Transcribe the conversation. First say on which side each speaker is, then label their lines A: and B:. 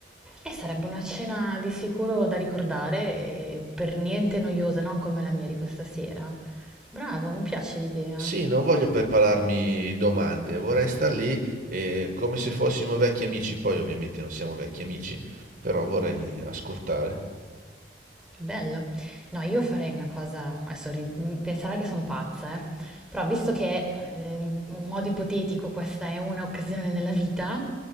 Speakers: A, in the centre; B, on the right.
A: E sarebbe una cena di sicuro da ricordare e per niente noiosa, non come la mia di questa sera. Bravo, mi piace l'idea.
B: Sì, non voglio prepararmi domande, vorrei star lì eh, come se fossimo vecchi amici, poi ovviamente non siamo vecchi amici, però vorrei ascoltare.
A: Bello. No, io farei una cosa, adesso ri- penserai che sono pazza, eh, Però visto che eh, in modo ipotetico questa è un'occasione nella vita,